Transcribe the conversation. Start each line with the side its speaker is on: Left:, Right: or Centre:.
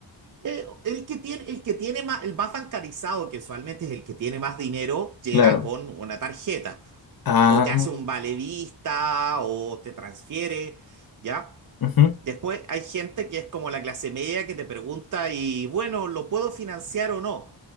Right: Eh, el que tiene, el que tiene más, el más bancarizado, que usualmente es el que tiene más dinero, llega
Left: Claro.
Right: con una tarjeta
Left: Ah.
Right: o te hace un vale vista o te transfiere, ¿ya?
Left: ujú.
Right: Después hay gente que es como la clase media que te pregunta y bueno, ¿lo puedo financiar o no?